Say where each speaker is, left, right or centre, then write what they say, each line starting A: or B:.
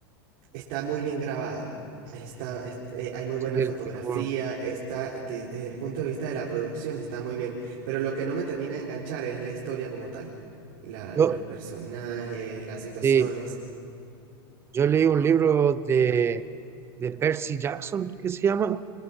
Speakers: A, on the right; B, on the right.
A: Está muy bien grabada. Está, est- eh, hay muy buena
B: Así el
A: fotografía.
B: tipo-
A: Está, de- desde el punto de vista de la producción, está muy bien. Pero lo que no me termina de enganchar es la historia como tal. La,
B: Yo,
A: los personajes, las situaciones.
B: sí, yo leí un libro de, de Percy Jackson que se llama,